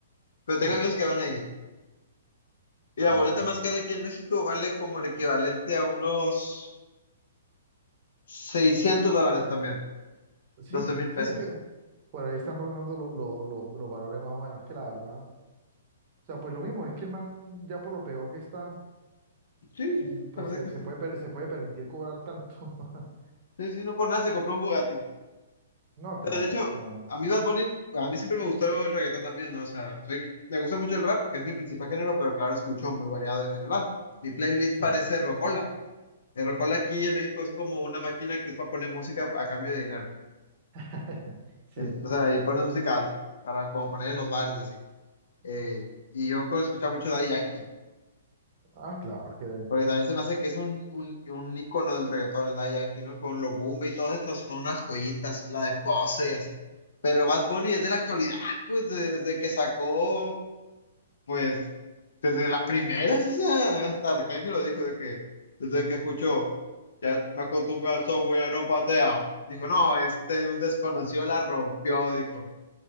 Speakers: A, on the left (about 65°); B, on the right (about 40°).
A: Pero
B: Sí.
A: tengo amigos que van a ir. Y la
B: No,
A: boleta
B: pues
A: más cara aquí en México vale como el equivalente a unos 600 dólares también.
B: sí,
A: doce mil
B: sí,
A: pesos.
B: es que por ahí están rondando lo- lo- lo- los valores más o menos, que la verdad. O sea, pues lo mismo, es que el man ya por lo peor que está.
A: Sí,
B: Mm,
A: sí,
B: Pues
A: la verdad
B: se,
A: que
B: se
A: sí.
B: puede, per- se puede permitir cobrar tanto. <laughs>
A: Sí, sí, no por nada se compró un Bugatti.
B: No,
A: Pero
B: claro,
A: de hecho,
B: se va-
A: a mí Bad Bunny, a mí siempre me gustó el reggaetón también, ¿no? O sea, soy- me gusta mucho el rap, que es mi principal género, pero claro, escucho muy variado en general. Mi playlist
B: Sí.
A: parece rocola. El rocola aquí en México es como una máquina que es para poner música a cambio de dinero.
B: <laughs> Sí.
A: En- o sea, y pones música alta, para como poner en los bares y así. Eh, y yo co- escuchaba mucho Daddy Yankee,
B: Ah, claro, es que
A: porque también se me hace que es un, un, un ícono del reggaetón, el Daddy Yankee, ¿no? Con los Bumba y todos estos son unas joyitas, la de Pose y así. Pero Bad Bunny es de la actualidad, pues desde que sacó, pues desde las primeras, o sea, hasta Arcángel lo dijo, de que desde que escuchó, ya me acostumbré al software, ya no patea. Dijo, no, este un desconocido la rompió, dijo.